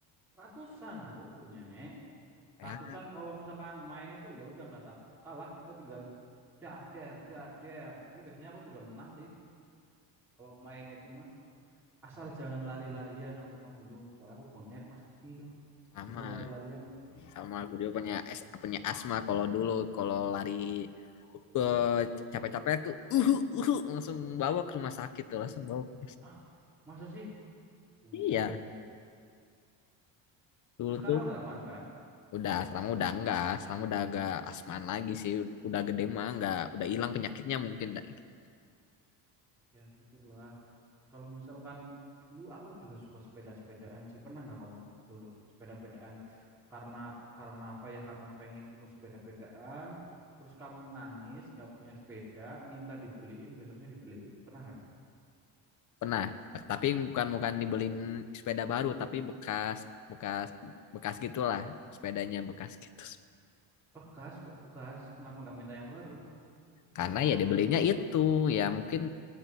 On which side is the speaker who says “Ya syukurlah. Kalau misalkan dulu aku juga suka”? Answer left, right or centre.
Centre